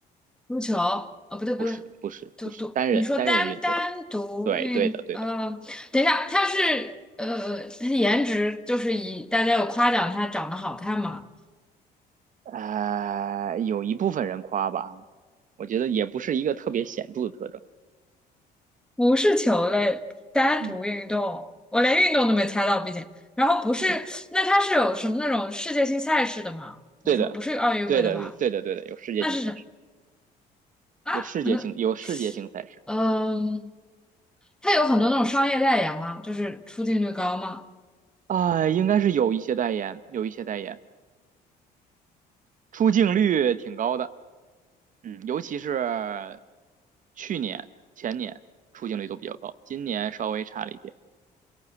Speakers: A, in the centre; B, on the right (about 50°).
A: 足球？哦，不对不对，
B: 不是，不是，
A: 独独，
B: 不是，单人单人运动。
A: 你说单单独运，
B: 对，对的，对的。
A: 呃，等一下，他是呃，他的颜值就是以大家有夸奖他长得好看吗？
B: 呃，有一部分人夸吧，我觉得也不是一个特别显著的特征。
A: 不是球类，单独运动，
B: 嗯
A: 我连运动都没猜到，毕竟。然后不是，
B: 嗯，
A: 那他是有什么那种世界性赛事的吗？你说不是奥运会的话，
B: 对的，对的，对的，对的，有世界性赛事，
A: 那是什么啊？
B: 有世界性，
A: 嗯
B: 有世界性赛事
A: 嗯，它有很多那种商业代言吗？就是出镜率高吗？
B: 啊、应该是有一些代言，有一些代言，出镜率挺高的。嗯，尤其是去年、前年出镜率都比较高，今年稍微差了一点。